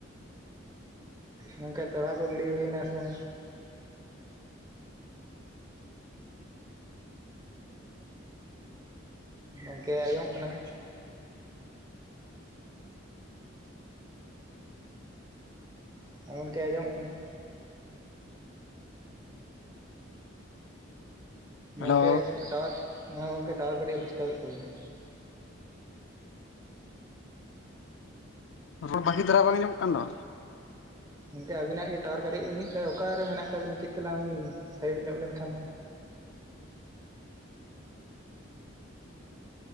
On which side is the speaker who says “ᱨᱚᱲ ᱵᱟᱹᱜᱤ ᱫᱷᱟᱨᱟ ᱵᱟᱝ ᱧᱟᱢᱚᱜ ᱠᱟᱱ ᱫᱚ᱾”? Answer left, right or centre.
Left